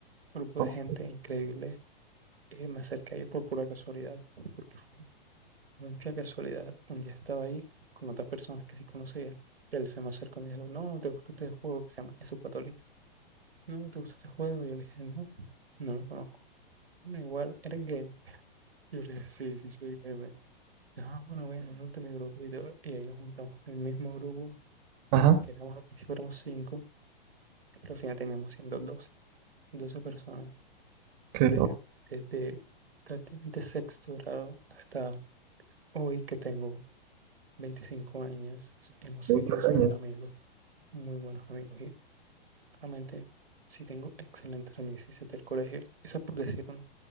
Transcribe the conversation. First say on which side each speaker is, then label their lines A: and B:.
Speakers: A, on the right; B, on the right.
A: grupo
B: ok,
A: de gente increíble. Eh, me acerqué a ellos por pura casualidad, porque fue mucha casualidad. Un día estaba ahí con otras personas que sí conocía. Él se me acercó y me dijo, no, ¿te gusta este juego que se llama Eso Católica? No, ¿te gusta este juego? y Yo le dije, no, no lo conozco. No, igual, eres gamer, <laughs> Yo le dije, sí, sí, soy gamer. Ah, bueno, bueno, únete a mi grupo y todo. Y ahí nos juntamos en el mismo grupo,
B: Ajá,
A: que éramos, al principio éramos cinco, Pero fíjate, mismo siendo doce doce personas
B: qué
A: de,
B: loco.
A: desde prácticamente sexto grado hasta hoy que tengo 25 años, hemos
B: cuántos
A: seguido siendo
B: años,
A: amigos, muy buenos amigos y realmente sí tengo excelentes amistades del colegio. Eso es por decir una.